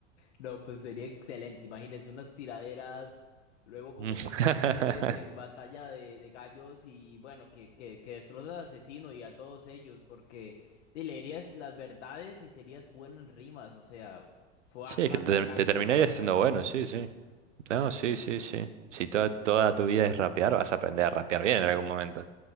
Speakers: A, on the left; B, on the right.
A: No, pues sería excelente. Imagínense unas tiraderas, luego como
B: Mm. <laughs>
A: que te inscribes en batalla de, de gallos y bueno, que, que, que destrozas al asesino y a todos ellos, porque te leerías las verdades y serías bueno en rimas, o sea, fuah,
B: Sí, es
A: hasta
B: que te,
A: canción
B: te terminarías
A: puedes
B: siendo
A: hacer,
B: bueno,
A: música.
B: sí, sí. No, sí, sí, sí. Si toda, toda tu vida es rapear, vas a aprender a rapear bien en algún momento.